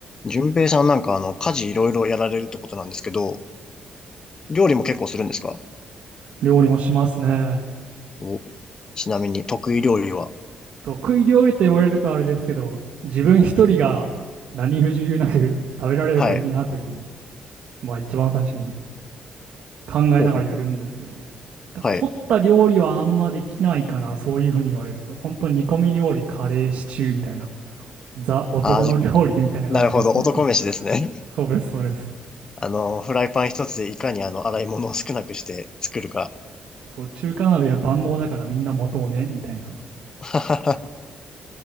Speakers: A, on the left; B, on the right.
A: 順平さんなんかあの、家事いろいろやられるってことなんですけど、料理も結構するんですか
B: 料理もしますね。
A: お、ちなみに得意料理は
B: 得意料理と言われるとあれですけど、自分一人が何不自由なく食べられればいいなというのを、
A: はい。
B: まあ一番最初に考えながらやるんですけど、
A: ほうほうほう。
B: だ凝った料理はあんまできないかな、
A: はい。
B: そういうふうに言われると、本当に煮込み料理、カレー、シチューみたいな、ザ男の料理みたいな感じですね。
A: ああ、じゃなるほど。男飯ですね。<laughs>
B: そうです、そうです。
A: あの、フライパン一つでいかにあの、洗い物を少なくして作るか。
B: そう、中華鍋は万能だからみんな持とうね、みたいな。
A: <laughs> あ